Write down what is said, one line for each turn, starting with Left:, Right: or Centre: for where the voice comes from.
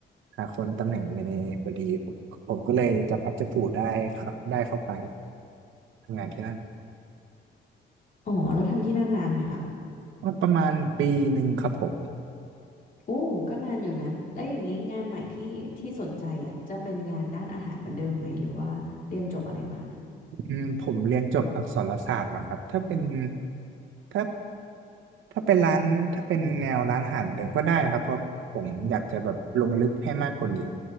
Right: หาคนตำแหน่งเมเนเจอร์พอดีผมผมก็เลยจะพัดจะผูได้ครับได้เข้าไปทำงานที่นั่น
Left: อ๋อแล้วทำที่นั่นนานไหมคะ
Right: ก็ประมาณปีหนึ่งครับผม
Left: โอ้ก็นานอยู่นะแล้วอย่างนี้งานใหม่ที่ที่สนใจอ่ะจะเป็นงานด้านอาหารเหมือนเดิมไหมหรือว่าเรียนจบอะไรมา
Right: อืมผมเรียนจบอักษรศาสตร์มาครับถ้าเป็นถ้าถ้าเป็นร้านถ้าเป็นแนวร้านอาหารเดี๋ยวก็ได้นะครับเพราะผมอยากจะแบบลงลึกให้มากกว่านี้